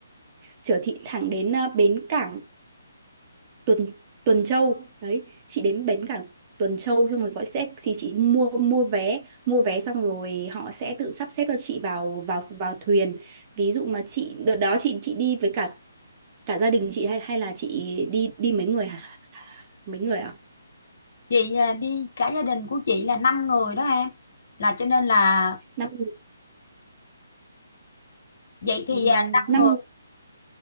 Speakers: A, on the right (about 30°); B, on the left (about 60°).
A: chở chị thẳng đến ờ, bến cảng Tuần Tuần Châu. Đấy, chị đến bến cảng Tuần Châu xong rồi gọi xe thì chị mua mua vé, mua vé xong rồi họ sẽ tự sắp xếp cho chị vào vào vào thuyền. Ví dụ mà chị đợt đó chị chị đi với cả cả gia đình chị hay hay là chị đi đi mấy người hả? Mấy người ạ?
B: chị à, đi cả gia đình của chị là 5 người đó em là cho nên là
A: năm người.
B: vậy thì
A: ừm,
B: à, 5
A: năm
B: người
A: người